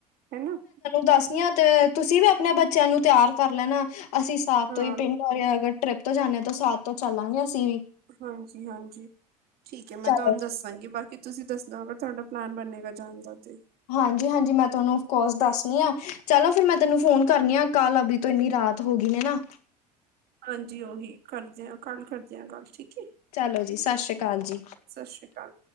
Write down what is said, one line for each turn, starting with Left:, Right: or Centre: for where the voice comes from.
Right: ਹੈਨਾ
Left: ਦੱਸਣਿਆ ਤੇ ਤੁਸੀਂ ਵੀ, ਆਪਣੇ ਬੱਚਿਆਂ ਨੂੰ ਤੇਆਰ ਕਰ ਲੈਣਾ। ਅਸੀਂ ਸਾਥ
Right: ਹਾਂ।
Left: ਤੋਂ ਹੀ ਪਿੰਡ <unintelligible> ਅਗਰ ਟ੍ਰਿਪ ਤੋਂ ਜਾਣਾ ਤੋਂ ਸਾਥ ਤੋਂ ਚੱਲਾਂਗੇ ਅਸੀਂ ਵੀ।
Right: ਹਾਂਜੀ-ਹਾਂਜੀ ਠੀਕ ਐ। ਮੈਂ
Left: ਚਲੋ
Right: ਤੁਹਾਨੂੰ ਦੱਸਾਂਗੀ ਬਾਕੀ ਤੁਸੀਂ ਦੱਸਣਾ, ਅਗਰ ਤੁਆਡਾ ਪਲੈਨ ਬਣੇੇਗਾ ਜਾਣ ਦਾ ਤੇ
Left: ਹਾਂਜੀ-ਹਾਂਜੀ, ਮੈਂ ਤੁਹਾਨੂੰ ਅਫਕੋਰਸ ਦੱਸਣੀ ਆਂ ਚਲਾ ਫੇਰ ਮੈਂ ਤੈਨੂੰ ਫੋਨ ਕਰਨੀ ਹਾਂ ਕਾਲ ਅਭੀ ਤੋ ਇੰਨੀ ਰਾਤ ਹੋ ਗਈ ਨੇ ਨਾ।
Right: ਹਾਂਜੀ ਓਹੀ ਕਰਦੇ ਆ ਕੱਲ ਕਰਦੇ ਆ ਗੱਲ ਠੀਕ ਏ।
Left: ਚਲੋ ਜੀ, ਸ਼ਾ ਸ਼੍ਰੀ ਕਾਲ ਜੀ।
Right: ਸਤਿ ਸ਼੍ਰੀ ਕਾਲ।